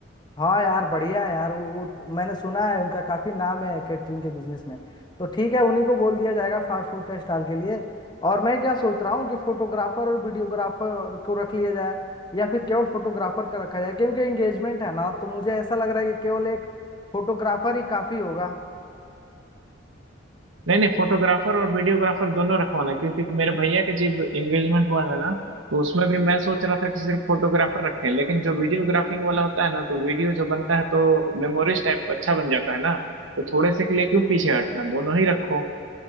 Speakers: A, on the left; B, on the right.
A: हाँ यार बढ़िया है यार वो, वो मैंने सुना है उनका काफी नाम है कैटरिंग के बिजनेस में तो ठीक है उन्हीं को बोल दिया जाएगा फास्ट फूड का स्टॉल के लिए और मैं क्या सोच रहा हूँ कि फोटोग्राफर और वीडियोग्राफर को रख लिया जाए या फिर केवल फोटोग्राफर का रखा जाए क्योंकि एंगेजमेंट है ना तो मुझे ऐसा लग रहा है कि केवल एक फोटोग्राफर ही काफी होगा
B: नहीं नहीं फोटोग्राफर और वीडियोग्राफर दोनों रखवाना है, क्योंकि मेरे भैया का जब एंगेजमेंट हुआ था ना तो उसमें भी मैं सोच रहा था कि सिर्फ फोटोग्राफर रखें लेकिन जो वीडियोग्राफिंग वाला होता है ना तो वीडियो जो बनता है तो मेमोरीज टाइप अच्छा बन जाता है ना तो थोड़े से के लिए क्यों पीछे हटना दोनों ही रखो